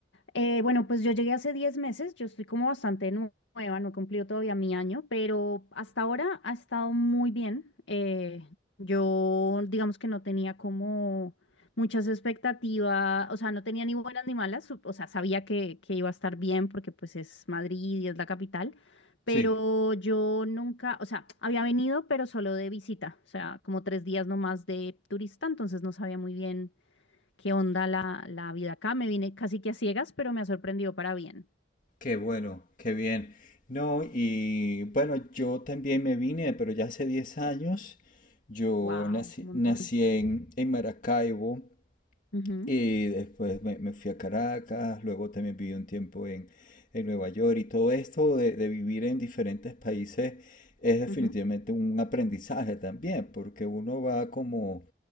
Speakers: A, on the left; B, on the left.
A: Eh, bueno, pues yo llegué hace 10 meses, yo estoy como bastante nue- nueva, no he cumplido todavía mi año, pero hasta ahora ha estado muy bien. Eh, yo digamos que no tenía como muchas expectativas, o sea, no tenía ni buenas ni malas, sup- o sea, sabía que, que iba a estar bien porque pues es Madrid y es la capital, pero
B: Sí,
A: yo nunca, o sea, había venido, pero solo de visita, o sea, como tres días nomás de turista, entonces no sabía muy bien. ¿Qué onda la, la vida acá? Me vine casi que a ciegas, pero me ha sorprendido para bien.
B: Qué bueno, qué bien. No, y bueno, yo también me vine, pero ya hace 10 años. Yo
A: Wow,
B: nací,
A: un montón.
B: nací en, en Maracaibo
A: Ujú,
B: Y después me, me fui a Caracas, luego también viví un tiempo en, en Nueva York y todo esto de, de vivir en diferentes países es definitivamente
A: ujú.
B: un aprendizaje también, porque uno va como